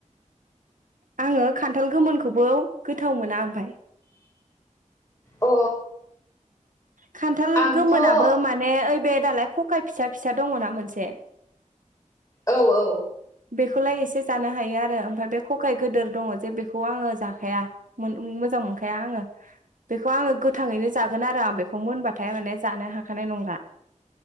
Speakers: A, on the right; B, on the left.
A: आङो खान्थाल गोमोनखौबो गोथाव मोना ओमफाय
B: अ
A: खान्थाल
B: आंथ'
A: गोमोनाबो
B: औ
A: माने ओइ दालाय खकाय फिसा फिसा दङ ना मोनसे।
B: औ औ।
A: बेखौलाय एसे जानो हायो आरो ओमफाय बे खखाय गोदोर दङ जे बेखौ आङो जाखाया मो मोजां मोनखाया आङो बेखौ आङो गोथाङैनो जा <unintelligible> बेखौ <unintelligible> हाथाय माने जानो हाखानाय नंला।